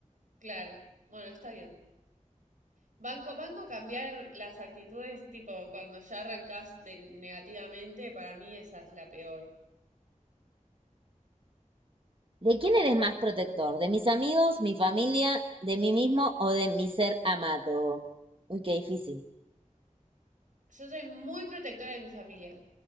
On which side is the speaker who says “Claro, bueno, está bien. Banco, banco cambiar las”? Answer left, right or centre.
Right